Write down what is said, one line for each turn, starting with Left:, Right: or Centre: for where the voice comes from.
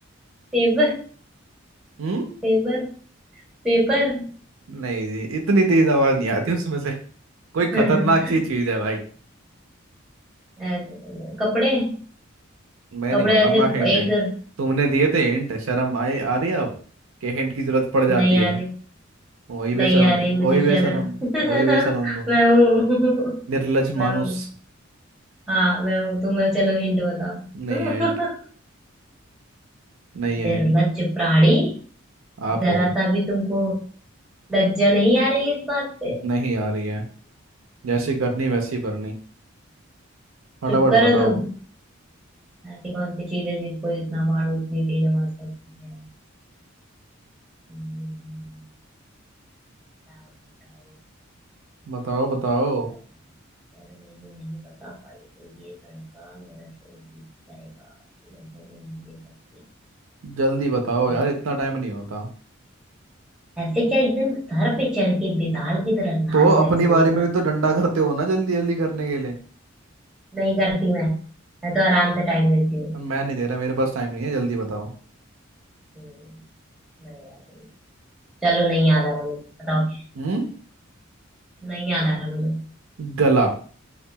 Centre: पेपर
Right: हम्म
Centre: पेपर पेपर
Right: नहीं जी इतनी तेज आवाज नहीं आती उसमें से कोई
Centre: <laughs>
Right: खतरनाक सी चीज है भाई।
Centre: ऐसे- कपड़े
Right: मैं
Centre: कपड़े
Right: नहीं बताऊंगा
Centre: ऐसे
Right: हिंट
Centre: एक
Right: है तुमने दिए थे हिंट शर्म आए आ रही है अब कि हिंट की जरूरत पड़ जाती
Centre: नहीं आ
Right: है
Centre: रही
Right: वही बेशरम
Centre: नहीं आ रही मुझे
Right: वही
Centre: शर्म
Right: बेशरम
Centre: <laughs>
Right: वही बेशरम तुम
Centre: मैं हूँ
Right: निर्लज
Centre: मैं
Right: मानुस
Centre: हूँ हाँ मैं हूँ तुम चलो हिंट बताओ
Right: नहीं है हिंट
Centre: <laughs>
Right: नहीं है
Centre: निर्लज्ज
Right: हिंट
Centre: प्राणी
Right: आप
Centre: जरा
Right: हो
Centre: सा भी तुमको लज्जा नहीं आ रही इस बात पे
Right: नहीं आ रही है जैसी करनी वैसी भरनी फटाफट
Centre: चुप करो
Right: बताओ
Centre: तुम ऐसी कौन सी चीज है जिसको जितना मारो उतनी तेज आवाज करती है हम्म, क्या हो सकता है वो
Right: बताओ बताओ
Centre: पर, पर मैं ये नहीं बता पाई तो ये लड़का मेरा शो जीत जाएगा तो मैं होने नहीं दे सकती
Right: जल्दी बताओ
Centre: हम्म,
Right: यार इतना टाइम नहीं होता
Centre: ऐसे क्या एकदम सर पे चढ़ के बेताल की तरह नाच
Right: तो अपनी
Centre: रहे हो जल्दी
Right: बारे
Centre: निकाल
Right: में भी तो डंडा करते हो ना जल्दी जल्दी करने के लिए
Centre: नहीं करती मैं मैं तो आराम से टाइम देती हूँ
Right: मैं नहीं दे रहा मेरे पास टाइम नहीं है जल्दी बताओ
Centre: हम्म, बड़े आदमी चलो नहीं याद आ रहा मुझे बताओ क्या है?
Right: हम्म
Centre: नहीं याद आ रहा मुझे
Right: गला